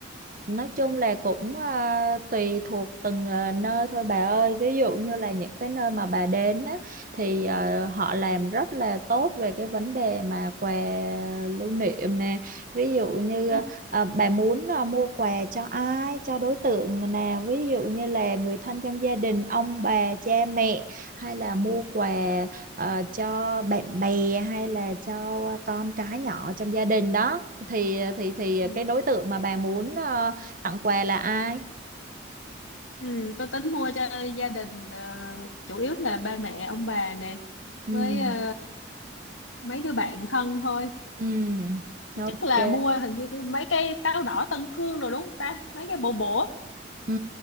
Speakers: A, on the right (about 45°); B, on the left (about 80°).
A: Nói chung là cũng à, tùy thuộc từng à, nơi thôi bà ơi. Ví dụ như là những cái nơi mà bà đến á, thì à, họ làm rất là tốt về cái vấn đề mà quà lưu niệm nè. Ví dụ như
B: ừ.
A: à, bà muốn à, mua quà cho ai, cho đối tượng nào. Ví dụ như là người thân trong gia đình, ông bà, cha mẹ. Hay là mua quà à, cho bạn bè hay là cho con cái nhỏ trong gia đình đó. Thì ờ, thì thì
B: Ừ.
A: cái đối tượng mà bà muốn ờ, tặng quà là ai
B: Ừ, tôi tính mua cho gia đình ờ, chủ yếu là ba mẹ ông bà nè
A: ừ
B: với ờ, mấy đứa bạn thân thôi
A: ừ
B: Thì
A: ok
B: chắc là mua hình như mấy cây táo đỏ Tân Cương rồi đúng không ta mấy cái bổ bổ
A: ừ